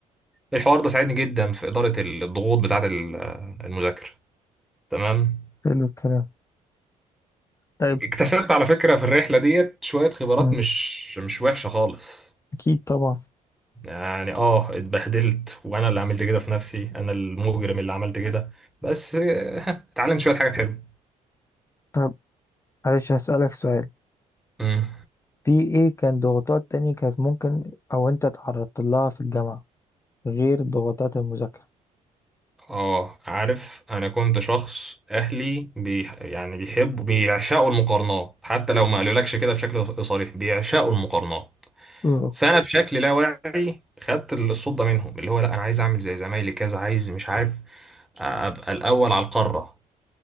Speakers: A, in the centre; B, on the left.
A: الحوار ده ساعدني جدا في إدارة الضغوط بتاعة ال- المذاكرة تمام
B: حلو الكلام طيب
A: اكتسبت على فكرة في الرحلة ديت شوية خبرات
B: مم.
A: مش مش وحشة خالص
B: أكيد طبعا
A: يعني اه اتبهدلت وانا اللي عملت كده في نفسي انا المجرم اللي عملت كده بس آه، اتعلمت شوية حاجات حلوة
B: طيب معلش هسألك سؤال
A: مم.
B: في ايه كان ضغوطات تانية كانت ممكن او انت تعرضت لها في الجامعة غير ضغوطات المذاكرة
A: اه عارف انا كنت شخص اهلي بي يعني بيحبوا بيعشقوا المقارنات حتى لو ما قالولكش كده بشكل صريح بيعشقوا المقارنات
B: اه
A: فانا بشكل لا واعي خدت الصوت ده منهم اللي هو لا انا عايز اعمل زي زمايلي كذا عايز مش عارف ابقى الاول على القاره